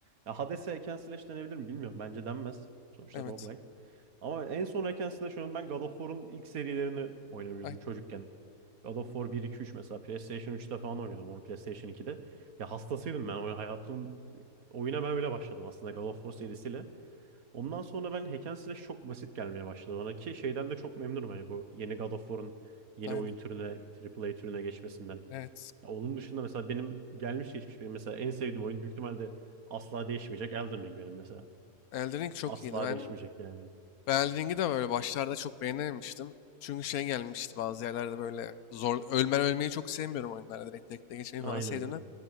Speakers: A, on the right (about 75°); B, on the left (about 80°).
A: ya Hades'e Eken Slash denebilir mi bilmiyorum. Bence denmez. Sonuçta
B: Evet.
A: roguelite. Ama en son Eken Slash oynadım ben God of War'un ilk serilerini oynamıyordum
B: Aynen.
A: çocukken. God of War 1, 2, 3 mesela PlayStation 3'te falan oynuyordum onu PlayStation 2'de. Ya hastasıydım ben oyun hayatımın oyuna ben öyle başladım aslında God of War serisiyle. Ondan sonra ben Hack and Slash çok basit gelmeye başladı bana ki şeyden de çok memnunum hani bu yeni God of War'un yeni
B: Aynen.
A: oyun türüne, A A A türüne geçmesinden.
B: Evet.
A: Ya Onun dışında mesela benim gelmiş geçmiş benim mesela en sevdiğim oyun büyük ihtimalle asla değişmeyecek Elden Ring benim mesela.
B: Elden Ring çok
A: Asla
B: iyiydi. Ben
A: değişmeyecek yani benim.
B: Elden de böyle başlarda çok beğenememiştim. Çünkü şey gelmişti bazı yerlerde böyle zor ölmen ölmeyi çok sevmiyorum oyunlarda direkt tek tek geçmeyi
A: Aynen
B: falan sevdiğimden.
A: aynen.